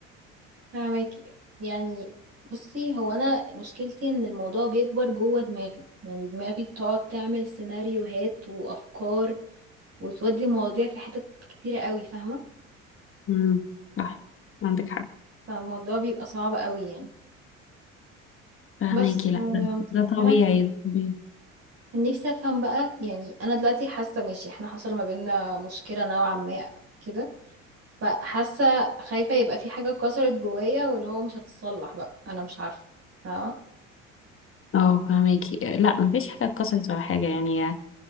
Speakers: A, on the right (about 35°); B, on the left (about 35°).
A: فاهمك يعني بصي هو انا مشكلتي ان الموضوع بيكبر جوه دماغي يعني دماغي بتقعد تعمل سيناريوهات وافكار وتودي مواضيع في حتت كتيره قوي فاهمه
B: امم صح عندك حق
A: فالموضوع بيبقى صعب قوي يعني
B: فاهماكي
A: بس
B: لا
A: آم،
B: ده, ده طبيعي
A: انا
B: ده طبيعي
A: نفسي افهم بقى يعني انا دلوقتي حاسه ماشي احنا حصل ما بيننا مشكله نوعا ما كده فحاسه خايفه يبقى في حاجه اتكسرت جوايا واللي هو مش هتتصلح بقى انا مش عارفه فاهمه
B: اه فاهماكي لا مفيش حاجة اتكسرت ولا حاجة يعني